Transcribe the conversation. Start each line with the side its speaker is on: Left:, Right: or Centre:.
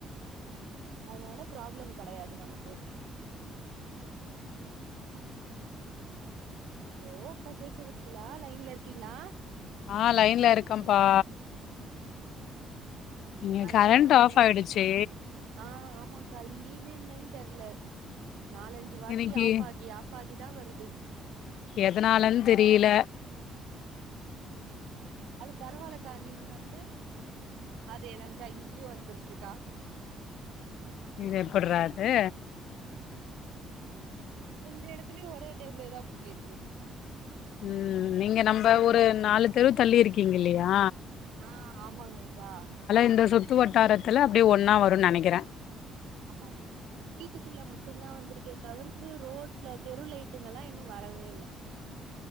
Right: அதனால பிராப்ளம் கடையாது நமக்கு லோ கா கேக்குதுங்ளா லைன்ல இர்க்கீங்ளா
Left: ஆ லைன்ல இருக்கம்பா
Right: ஆ
Left: இங்க
Right: அதனால
Left: கரண்ட்
Right: நீங்க
Left: ஆஃப் ஆயிடுச்சு
Right: ஆ ஆமாங்கா இங்கியுமே என்னன் தெர்ல நாலஞ்சு வாட்டி
Left: இன்னைக்கு
Right: ஆஃப் ஆகி ஆஃப் ஆகி தா வருது
Left: எதனாலன் தெரில
Right: அது பரவாலகா நீங்க வந்து அதேதாங்கா இங்யு வந்துரு சிக்கா
Left: இது எப்புட்றா அது
Right: ரெண்டு எடத்துலயு ஒரே டைம்லேதா போய்ருக்கு
Left: உம் நீங்க நம்ப ஒரு நாலு தெரு தள்ளி இருக்கீங்க இல்லியா
Right: ஆஹ் ஆமாங்கக்கா
Left: இந்த சுத்து வட்டாரத்துல அப்டியே ஒன்னா வருனு நெனைக்கிறே
Right: ஆமாங் வீட்டுக்குள்ள மட்டுந்தா வந்ருக்கே தவிர்த்து ரோட்ல தெரு லைட்டுங்கலா இன்னு வரவே இல்ல